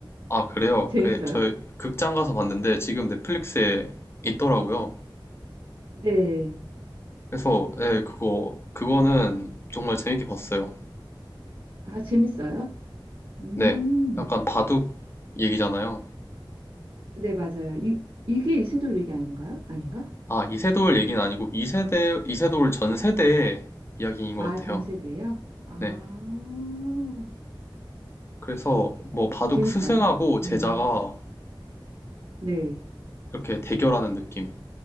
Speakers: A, on the left (about 30°); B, on the right (about 70°).
A: 아, 그래요?
B: 재밌어요?
A: 그, 저 극장 가서 봤는데 지금 넷플릭스에 있더라고요.
B: 네.
A: 그래서 네, 그거, 그거는 정말 재밌게 봤어요.
B: 아, 재밌어요? 음.
A: 네, 약간 바둑 얘기잖아요.
B: 네, 맞아요. 이, 이게 이세돌 얘기 아닌가요? 아닌가?
A: 아, 이세돌 얘기는 아니고 이세대, 이세돌 전 세대 이야기인 것
B: 아,
A: 같아요.
B: 전 세대예요? 아.
A: 네. 그래서 뭐 바둑
B: 재밌어요?
A: 스승하고 제자가
B: 음. 네.
A: 이렇게 대결하는 느낌.